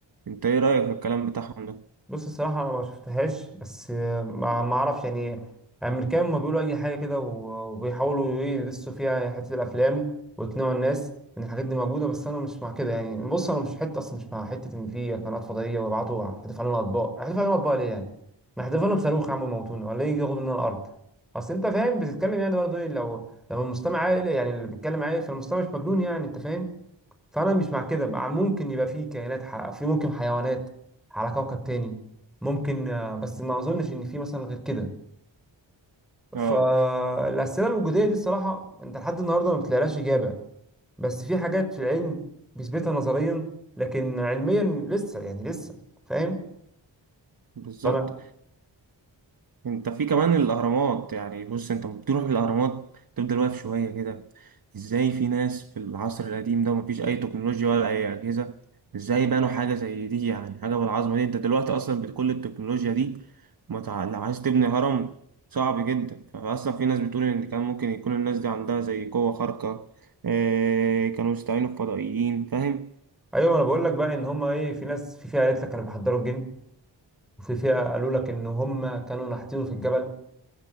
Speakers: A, on the right; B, in the centre.
A: انت ايه رأيك في الكلام بتاعهم ده؟
B: بص الصراحة أنا ما شفتهاش بس آه، ما ما أعرفش يعني الأمريكان ما بيقولوا أي حاجة كده و- وبيحاولوا إيه يدسوا فيها حتة الأفلام ويقنعوا الناس إن الحاجات دي موجودة بس أنا مش مع كده يعني بص أنا مش حتة أصلا مش مع حتة إن في قنوات فضائية ويبعتوا هتدفع لنا أطباق هتدفع لنا أطباق ليه يعني؟ ما هتدفع لنا بصاروخ يا عم يموتونا ولا يجي ياخد مننا الأرض أصل أنت فاهم بتتكلم يعني برضه إيه لو لو المستمع عاقل يعني اللي بيتكلم عاقل فالمستمع مش مجنون يعني أنت فاهم؟ فانا مش مع كده مع ممكن يبقى في كائنات ح... في ممكن حيوانات على كوكب تاني ممكن آه، بس ما اظنش ان في مثلا غير كده
A: اه
B: فالاسئله الوجوديه دي الصراحه انت لحد النهارده ما بتلاقيلهاش اجابه بس في حاجات في العلم بيثبتها نظريا لكن علميا لسه يعني لسه فاهم
A: بالظبط
B: فانا
A: انت في كمان الاهرامات يعني بص انت بتروح الاهرامات تفضل واقف شويه كده ازاي في ناس في العصر القديم ده مفيش اي تكنولوجيا ولا اي اجهزه ازاي بنوا حاجه زي دي يعني حاجه بالعظمه دي انت دلوقتي اصلا بكل التكنولوجيا دي ما تع... لو عايز تبني هرم صعب جدا فاصلا في ناس بتقول ان كان ممكن يكون الناس دي عندها زي قوه خارقه اه... كانوا يستعينوا بفضائيين فاهم
B: ايوه انا بقول لك بقى ان هم ايه في ناس في فئه قالت لك كانوا بيحضروا الجن وفي فئه قالوا لك ان هم كانوا نحتينه في الجبل